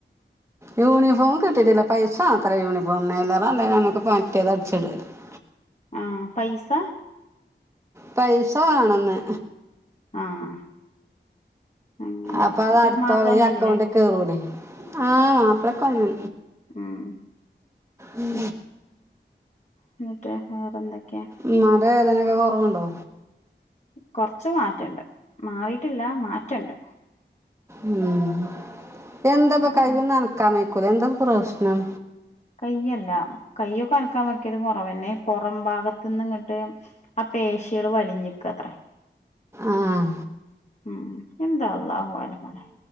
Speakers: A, on the right (about 15°); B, on the left (about 40°).
A: യൂണിഫോം കിട്ടിയിട്ടില്ല പൈസ മേണത്രെ യൂണിഫോമിന് അയിലേറെ നല്ല നമുക്ക് ഇപ്പം മറ്റേത് അടിച്ചിട് ആയിരുന്നു <inaudible>
B: ആഹ് പൈസ
A: പൈസ വേണംന്ന്
B: ആഹ് അങ്ങനെ
A: അപ്പൊ അത്
B: എന്നിട്ട്
A: അടുത്ത
B: മാപ്പിള
A: കൊല്ലം
B: വന്നീന്നില്ലേ
A: ഈ അക്കൗണ്ടിക്കേറൂലേ ആഹ് മാപ്പളൊക്കെ വന്നു
B: ആഹ്
A: ഉം
B: എന്നിട്ട് വേറെ എന്തൊക്കെയാ
A: ഉമ്മാടെ വേദനയൊക്കെ കുറവുണ്ടോ
B: കൊറച്ച് മാറ്റണ്ട് മാറിട്ടില്ല മാറ്റമുണ്ട്
A: ഉം എന്താ ഇപ്പം
B: അങ്ങനെ
A: കയ്യൊന്ന് അനക്കാന് <unintelligible> എന്താ പ്രശ്ണം
B: കയ്യല്ല കയ്യൊക്കെ അനക്കാതിരിക്കല് കുറവ് തന്നെ പുറം ഭാഗത്ത് നിന്നും ഇങ്ങട്ട് ആ പേശിയാള് വലിഞ്ഞ്ക്കാത്രേ
A: ആഹ്
B: ഉം എന്താ അള്ളാഹു ആലം മളെ